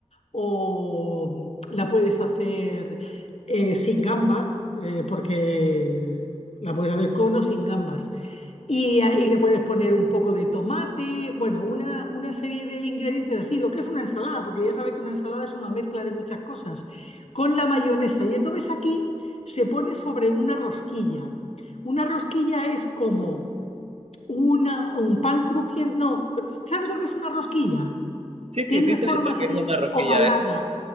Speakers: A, on the left; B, on the right.
A: o la puedes hacer eh, sin gamba, eh, porque la puedes hacer con o sin gambas. Y, ahí le puedes poner un poco de tomate, bueno, una, una serie de ingredientes así, lo que es una ensalada, porque ya sabes que una ensalada es una mezcla de muchas cosas, con la mayonesa. Y entonces aquí se pone sobre una rosquilla. Una rosquilla es como una, un pan crujiente, no, ¿sabes lo que es una rosquilla?
B: Sí, sí,
A: Tiene
B: sí sé
A: forma
B: lo
A: así
B: que es una rosquilla.
A: ovalada.